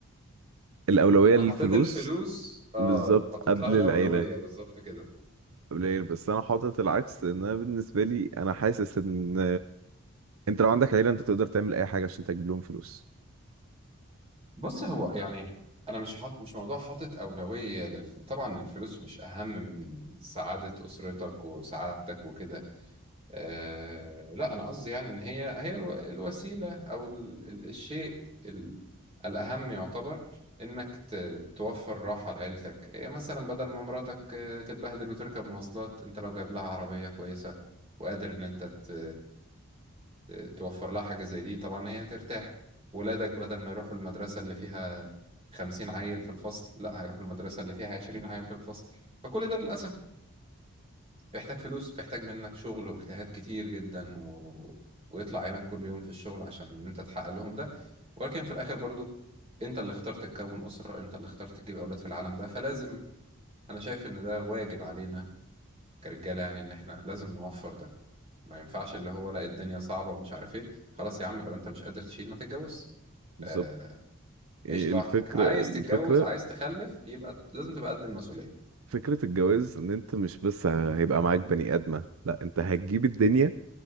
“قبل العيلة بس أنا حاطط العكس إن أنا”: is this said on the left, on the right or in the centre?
Right